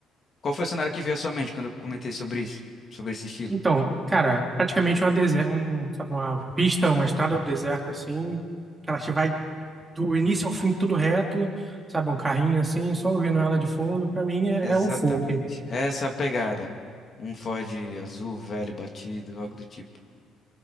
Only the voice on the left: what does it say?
Qual foi o cenário que veio à sua mente quando eu comentei sobre isso? Sobre esse estilo?
Exatamente.
Essa é a pegada. Um Ford azul, velho, batido, algo do tipo.